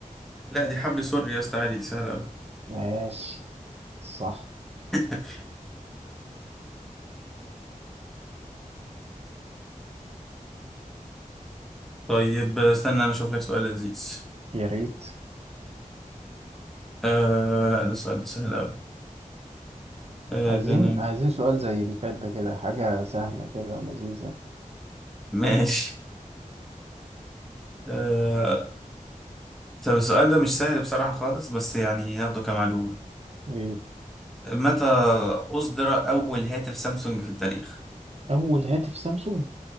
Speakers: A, in the centre; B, on the right.
A: لا دي حبل سوري يا اسطى عادي دي سهله قوي
B: ماشي صح
A: <laughs> طيب استنى انا اشوف لك سؤال لذيذ
B: يا ريت
A: آه لا ده السؤال ده سهل قوي آه
B: عايزين
A: ده أنا
B: عايزين سؤال زي اللي فات ده كده حاجة سهلة كده ولذيذة
A: ماشي آه، طب السؤال ده مش سهل بصراحة خالص بس يعني ناخده كمعلومة
B: إيه؟
A: متى أصدر أول هاتف سامسونج في التاريخ؟
B: أول هاتف سامسونج